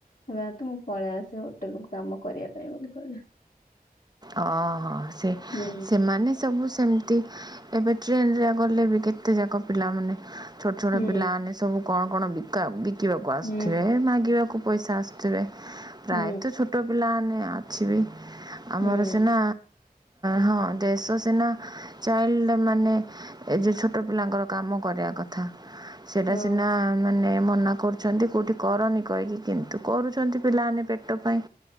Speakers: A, on the left; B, on the right.
A: ଜିବା ହେତୁ ମୁଁ ପଳେଇ ଆସେ ହୋଟେଲକୁୁ କାମ କରିବା ପାଇଁ ବୋଲି କହିଲା।
B: ଅ ହଁ ସେ
A: ହୁଁ
B: ସେମାନେ ସବୁ ସେମିତି ଏବେ ଟ୍ରେନରେ ଗଲେବି କେତେ ଯାକ ପିଲାମାନେ ଛୋଟ ଛୋଟ
A: ହୁଁ
B: ପିଲାମାନେ ସବୁ କଣ କଣ ବିକା ବିକିବାକୁ ଆସୁଥିବେ
A: ହୁଁ
B: ମାଗିବାକୁ ପଇସା ଆସୁଥିବେ
A: ହୁଁ
B: ପ୍ରାୟତ ଛୋଟ ପିଲାମାନେ ଆଛି ବି ଆମର
A: ହୁଁ ହୁଁ
B: ସିନା ହଁ ଦେଶ ସିନା ଚାଇଲ୍ଡ ମାନେ ଏ ଯୋଉ ଛୋଟ ପିଲାଙ୍କର କାମ କରିବା କଥା ସେଇଟା
A: ହଁ
B: ସିନା ମାନେ ମନା କରୁଛନ୍ତି କୋଉଠି କରନି କହିକି କିନ୍ତୁ କରୁଛନ୍ତି ପିଲାମାନେ ପେଟ ପାଇଁ।